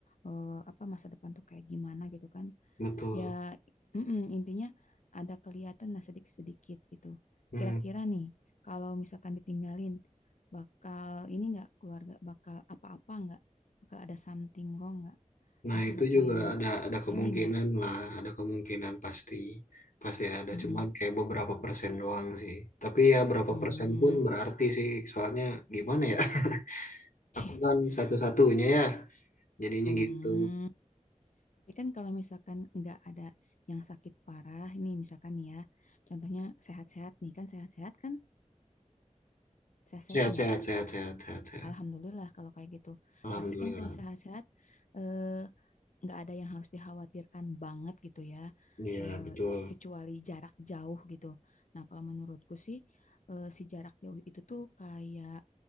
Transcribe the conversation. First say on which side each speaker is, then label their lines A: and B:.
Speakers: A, on the left (about 70°); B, on the left (about 80°).
A: eh, apa masa depan tuh kayak gimana gitu kan
B: Betul.
A: ya mm-mm, intinya ada kelihatan lah sedikit-sedikit gitu.
B: Hmm.
A: Kira-kira nih kalau misalkan ditinggalin bakal ini nggak keluarga bakal apa-apa nggak bakal ada something wrong nggak
B: Nah,
A: ada sesuatu
B: itu juga
A: yang
B: ada ada kemungkinan
A: ini nggak
B: lah, ada kemungkinan pasti pasti ada,
A: Mm-mm.
B: cuman kayak beberapa persen doang sih. Tapi ya berapa
A: Hmm.
B: persen pun berarti sih, soalnya gimana ya? <laughs>
A: <laughs>
B: Aku kan satu-satunya ya, jadinya
A: Hmm.
B: gitu.
A: Tapi kan kalau misalkan nggak ada yang sakit parah, ini misalkan nih ya, contohnya sehat-sehat nih kan sehat-sehat kan sehat-sehat
B: Sehat,
A: nggak?
B: sehat, sehat, sehat, sehat, sehat.
A: Alhamdulillah kalau kayak gitu.
B: Alhamdulillah.
A: Berarti kan kalau sehat-sehat, eh, nggak ada yang harus dikhawatirkan banget gitu ya,
B: Iya,
A: eh,
B: betul.
A: kecuali jarak jauh gitu. Nah, kalau menurutku sih, eh, si jarak jauh itu tuh kayak